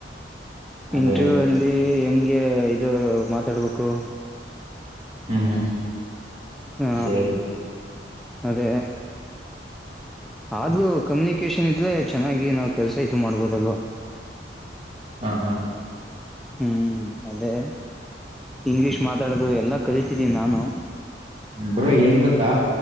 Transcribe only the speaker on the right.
ಅದೇ
ಅದೇ ಅದೇ
ಹ್ಮ್ ಹ್ಮ್
ಅ
ಹ ಹಾ
ಬ್ರೋ ಹೆಂಗ್ ಗೊತ್ತಾ